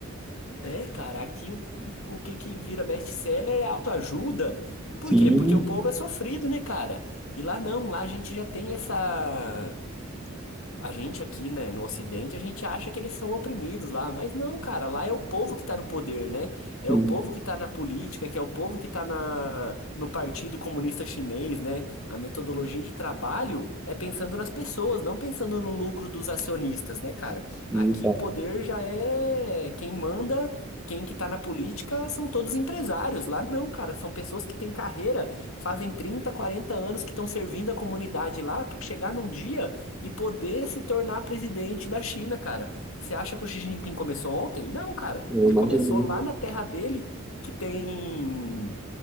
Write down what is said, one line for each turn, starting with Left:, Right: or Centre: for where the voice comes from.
Left: É, cara, aqui o, o que que vira best-seller é autoajuda. Por
Centre: Sim,
Left: quê? Porque o povo é sofrido, né, cara? E lá não, lá a gente já tem essa. A gente aqui, né, no Ocidente, a gente acha que eles são oprimidos lá, mas não, cara, lá é o povo que tá no poder, né? É
Centre: sim,
Left: o povo que tá na política, que é o povo que tá na, no Partido Comunista Chinês, né? A metodologia de trabalho é pensando nas pessoas, não pensando no lucro dos acionistas, né, cara?
Centre: sim,
Left: Aqui
Centre: tá.
Left: o poder já é quem manda. Quem que tá na política são todos empresários. Lá não, cara, são pessoas que têm carreira, fazem 30 40 anos que estão servindo a comunidade lá para chegar num dia e poder se tornar presidente da China, cara. Você acha que o Xi Jinping começou ontem? Não, cara.
Centre: Eu
Left: Ele
Centre: imagino.
Left: começou lá
Centre: né?
Left: na terra dele, que tem